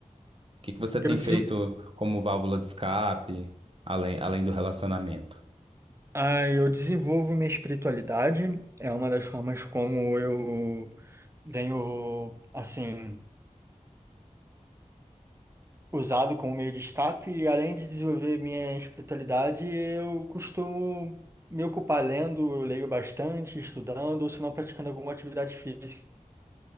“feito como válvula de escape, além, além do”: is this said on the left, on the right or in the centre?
Right